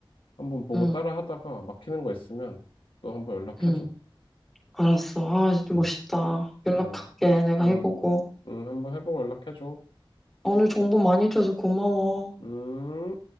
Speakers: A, on the left; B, in the centre.
A: 한번 보고
B: 응,
A: 따라 하다가 막히는 거 있으면 또 한번 연락해줘.
B: 응. 알았어. 아, 진짜
A: 응,
B: 멋있다. 연락할게.
A: 응,
B: 내가
A: 응,
B: 해보고.
A: 응, 한번 해보고 연락해줘.
B: 오늘 정보 많이 줘서 고마워.
A: 음.